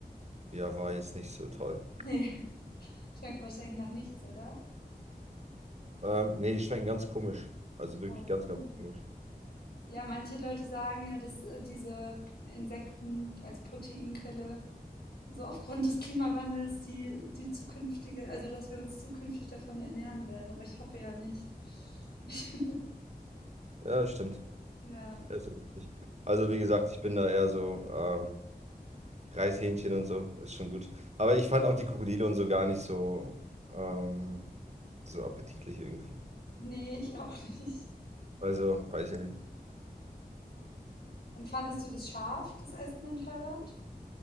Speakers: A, on the right; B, on the left.
A: Ja, war jetzt nicht so toll.
B: Nee, <laughs> schmeckt wahrscheinlich nach nichts, oder?
A: Ähm, nee, die schmecken ganz komisch. Also wirklich
B: Oh.
A: ganz,
B: cool.
A: ganz komisch.
B: Ja, manche Leute sagen ja, dass äh, diese Insekten als Proteinquelle so aufgrund des Klimawandels die, die zukünftige, also dass wir uns zukünftig davon ernähren werden, aber ich hoffe ja nicht. <laughs>
A: Ja, das stimmt.
B: ja,
A: Das ist richtig. Also, wie gesagt, ich bin da eher so, ähm, Reishähnchen und so, ist schon gut. Aber ich fand auch die Krokodile und so gar nicht so, ähm, so appetitlich irgendwie.
B: nee, ich auch nicht.
A: Also, weiß ich nicht.
B: Und fandest du das scharf, das Essen in Thailand?